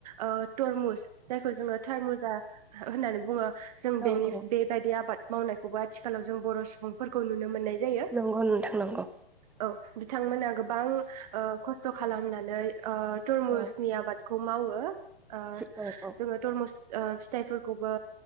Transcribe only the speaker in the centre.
औ
औ
नंगौ नोंथां नंगौ।
औ
औ औ